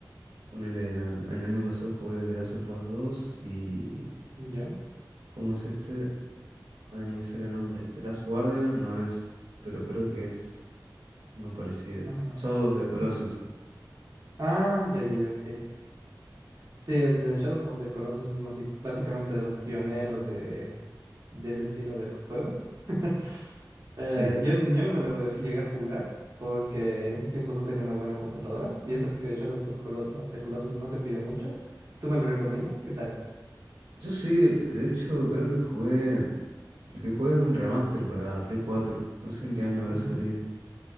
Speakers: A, on the right; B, on the right.
A: Ponele, el, an- el año pasado jugué The Last of Us dos y...
B: ¿yo?
A: ¿Cómo es este? Ay, no me sale el nombre. The Last Guardian no es, pero creo que es... Uno parecido.
B: Ajá.
A: Shadow of the Colossus.
B: Mm. Ah, ya, ya, ya, ok. Sí, es de Shadow of the Colossus es más- sí, básicamente de los pioneros de, de ese estilo de juego. <laughs> Eh,
A: Sí.
B: yo, n- yo no me lo ve- llegué a jugar porque en esos tiempos no tenía una buena computadora. Y eso que Shadow of, Colo- of the Colossus no te pide mucho. ¿Tú me lo recomiendas? ¿Qué tal?
A: Yo sí, de hecho, creo que jugué. El que jugué en un remaster para Play cuatro No sé en qué año habrá
B: Ujú.
A: salido.